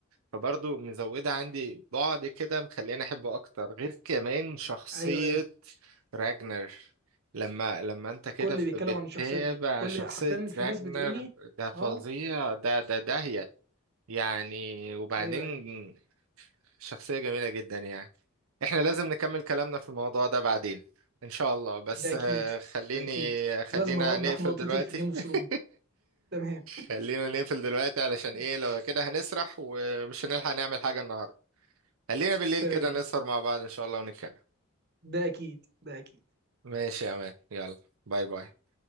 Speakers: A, on the right; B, on the right.
A: فبرضه مزودة عندي بعد كده مخليني أحبه أكتر غير كمان شخصية
B: ايوه ايوه
A: راجنر لما لما أنت كده
B: كل بيتكلم
A: بتتابع
B: عن الشخصيه دي كل
A: شخصية
B: حرفيا في
A: راجنر
B: ناس بتقول لي
A: ده فظيع
B: اه
A: ده ده داهية يعني وبعدين
B: ايوه ايوه
A: شخصية جميلة جدا يعني احنا لازم نكمل كلامنا في الموضوع ده بعدين ان شاء الله بس
B: ده اكيد
A: آه، خليني
B: ده اكيد
A: خلينا
B: لازم أنا اوضح
A: نقفل
B: نقطتي
A: دلوقتي
B: في جيم اوف
A: <laughs>
B: ثرون تمام
A: خلينا نقفل دلوقتي علشان
B: ماشي.
A: ايه لو كده هنسرح ومش هنلحق نعمل حاجة النهاردة خلينا بالليل
B: تمام
A: كده نسهر مع بعض ان شاء الله ونتكلم
B: ده اكيد ده اكيد
A: ماشي يا مان يلا باي باي